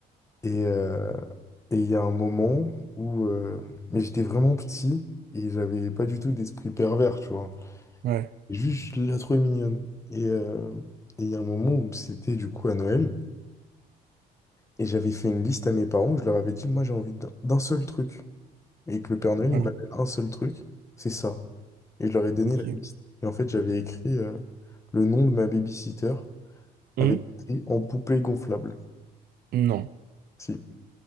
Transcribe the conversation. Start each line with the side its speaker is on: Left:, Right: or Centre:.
Left: Et euh, et il y a un moment où... euh, mais j'étais vraiment petit et j'avais pas du tout d'esprit pervers, tu vois.
Right: Ouais,
Left: Juste, je la trouvais mignonne. Et euh, et il y a un moment où c'était du coup à Noël. Et j'avais fait une liste à mes parents où je leur avais dit, moi j'ai envie d'un d'un seul truc. Et que le Père Noël, il
Right: ouais,
Left: m'amène un seul truc, c'est ça. Et je leur ai donné
Right: ok.
Left: la liste. Et en fait, j'avais écrit euh, le nom de ma babysitter
Right: Hum,
Left: avec écrit en poupée gonflable.
Right: Non.
Left: Si.